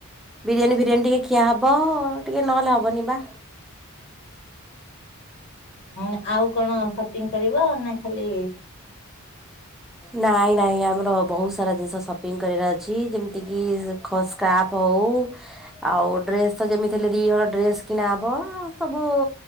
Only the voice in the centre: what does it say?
ବିରିୟାନୀ ଫିରିୟାନୀ ଟିକେ ଖିଆ ହବ ଟିକେ ନହେଲେ ହବନି ବା।
ନାଇଁ ନାଇଁ ଆମର ବହୁତ ସାରା ଜିନିଷ ସପିଙ୍ଗ କରିବାର ଅଛି ଯେମିତି କିି ଖ ସ୍କାପ୍ ହଉ ଆଉ ଡ୍ରେସ୍ ତ ଯେମିତି ହେଲେ ଦିହଳ ଡ୍ରେସ୍ କିଣା ହବ ସବୁ